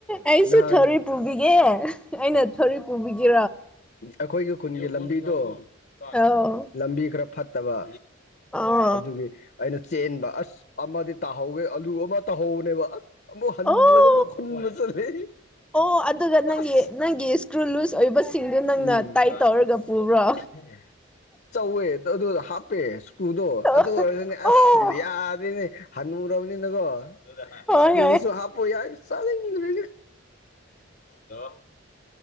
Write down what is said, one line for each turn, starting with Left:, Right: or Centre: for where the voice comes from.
Centre: ꯑꯩꯁꯨ
Left: ꯅꯍꯥꯟ
Centre: ꯊꯧꯔꯤ ꯄꯨꯕꯤꯒꯦ ꯑꯩꯅ ꯊꯧꯔꯤ ꯄꯨꯕꯤꯒꯦ
Left: ꯑꯈꯣꯏꯒꯤ ꯈꯨꯟꯒꯤ ꯂꯝꯕꯤꯗꯣ <unintelligible>
Centre: ꯑꯧ
Left: ꯂꯝꯕꯤ ꯈꯔ ꯐꯠꯇꯕ
Centre: ꯑꯣ
Left: ꯑꯗꯨꯒꯤ ꯑꯩꯅ ꯆꯦꯟꯕ ꯑꯁ ꯑꯃꯗꯤ ꯇꯥꯍꯧꯒꯦ ꯑꯂꯨ ꯑꯃ ꯇꯥꯍꯧꯕꯅꯦꯕ ꯑꯁ ꯑꯃꯨꯛ ꯍꯜꯂꯒ
Centre: ꯑꯣ
Left: ꯑꯃꯨꯛ ꯈꯨꯟꯕ ꯆꯠꯂꯦ
Centre: ꯑꯣ ꯑꯗꯨꯒ ꯅꯪꯒꯤ
Left: ꯑꯁ
Centre: ꯅꯪꯒꯤ ꯂꯨꯖ ꯑꯣꯏꯕꯁꯤꯡꯗꯨ ꯅꯪꯅ
Left: ꯎꯝ
Centre: ꯇꯥꯏꯠ ꯇꯧꯔꯒ
Left: <unintelligible>
Centre: ꯄꯨꯕ꯭ꯔꯣ
Left: ꯆꯧꯋꯦ ꯑꯗꯨ ꯍꯥꯞꯄꯦ ꯏꯁꯀ꯭ꯔꯨꯗꯣ
Centre: ꯑꯣ
Left: ꯑꯗꯨ ꯑꯣꯏꯔꯒꯅꯦ ꯑꯁ ꯌꯥꯗꯦꯅꯦ ꯍꯟꯅꯨꯔꯕꯅꯤꯅꯀꯣ
Centre: ꯍꯣꯏ
Left: ꯏꯁꯀ꯭ꯔꯨꯗꯨꯁꯨ
Centre: ꯍꯣꯏ ꯑꯁ
Left: ꯍꯥꯞꯄ ꯌꯥꯏ <unintelligible> ꯍꯂꯣ